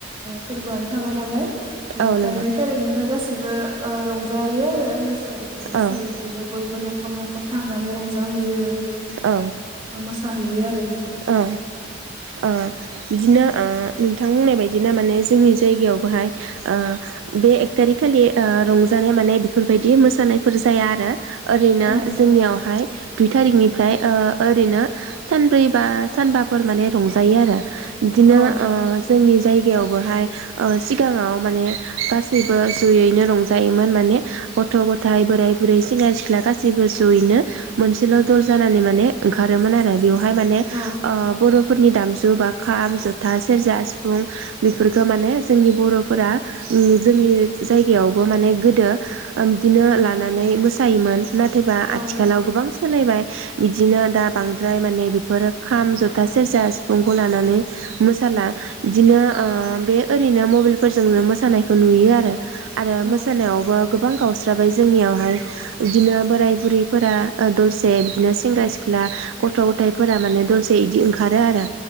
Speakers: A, on the right (about 25°); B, on the right (about 75°).
A: फोरबोआनो थाबाय नालाय बेनिफ्राय
B: औ नंगौ
A: नै तारिगनिफाय गासै <unintelligible> ओ रंज जायो आरो बैसाग बिनो मोसायो
B: औ
A: बिदिनो बयबो नख न'खर न'खर थांनानै रंजाहैयो।
B: औ
A: मोसाहैयो आरो बिदिनो
B: औ ओ बिदिनो ओ नोंथां बुंनाय बायदिनो माने जोंनि जायगायावबोहाय ओ बे एक टारिक खालि ओ रंजानाय माने बेफोरबायदि मोसानायफोर जाया आरो। ओरैनो
A: औ
B: जोंनियावहाय दुइ थारिकनि फ्राय ओ ओरैनो सानब्रैबा सानबाफोर माने रंजायो आरो। बिदिनो
A: औ
B: ओ जोंनि जायगायावबोहाय ओ सिगाङाव माने गासैबो जयैनो रंजायोमोन माने गथ' गथाय बोराय बुरै सेंग्रा सिख्ला गासैबो जयैनो मोनसेल दल जानानै माने ओंखारोमोन आरो। बेवहाय माने
A: औ
B: ओ बरफोरनि दामजु बा खाम जथा सेरजा सिफुं बेफोरफोरखो माने जोंनि बर'फोरा <unintelligible> जोंनि जायगायावबो माने गोदो <unintelligible>
A: उम
B: लानानै मोसायोमोन नाथायबा
A: औ
B: आथिखालाव गोबां सो सोलायबाय बिदिनो दा बांद्राय माने बेफोर खाम जथा सेरजा सिफुंखौ लानानै मोसाला। बिदिनो
A: औ
B: ओ बे ओरैनो दुल फोरजोंनो मोसानायखौ नुयो आरो आरो
A: औ
B: मोसानायावबो गोबां गावस्राबाय जोंनियावहाय बिदिनो बोराय बुरैफोरा ओ दल से बिदिनो सेंग्रा सिख्ला गथ गथायफोरा माने दलसे इदि ओंखारो आरो।